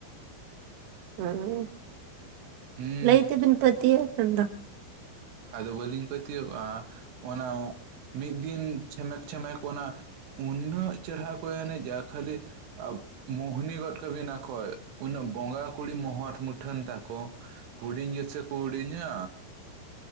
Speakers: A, on the right; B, on the right.
A: ᱚᱸ
B: ᱦᱩᱸ
A: ᱞᱟᱹᱭ ᱛᱮ ᱵᱤᱱ ᱯᱟᱹᱛᱤᱭᱟᱜ ᱠᱟᱱ ᱫᱚ,
B: ᱟᱫᱚ ᱵᱟᱹᱞᱤᱧ ᱯᱟᱹᱛᱭᱟᱹᱜ-ᱟ ᱚᱱᱟ ᱢᱤᱜ ᱫᱤᱱ ᱪᱷᱮᱢᱮᱠ ᱪᱷᱮᱢᱮᱠ ᱚᱱᱟ ᱩᱱᱟᱹᱜ ᱪᱮᱨᱦᱟ ᱠᱚ ᱮᱱᱮᱡᱟ ᱠᱷᱟᱹᱞᱤ ᱢᱩᱦᱱᱤ ᱜᱚᱫ ᱛᱟᱹᱵᱤᱱᱟᱠᱚ ᱩᱱᱟᱹᱜ ᱵᱚᱸᱜᱟ ᱠᱩᱲᱤ ᱢᱚᱦᱚᱨ ᱢᱩᱴᱷᱟᱹᱱ ᱛᱟᱠᱚ, ᱦᱩᱰᱤᱧ ᱜᱮᱥᱮ ᱠᱚ ᱦᱩᱰᱤᱧᱟ,